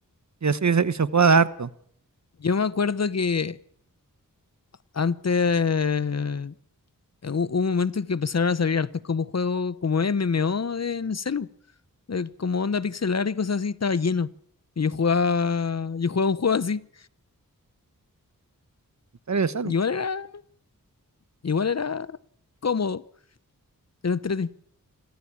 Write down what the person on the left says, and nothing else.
Yo me acuerdo que Antes, eh, hu- hubo un momento en que empezaron a salir hartos como juegos, como MMO en el celu, eh, como onda pixelar y cosas así, estaba lleno. Y yo jugaba, yo jugaba un juego así.
Igual era, igual era cómodo, era entretenido.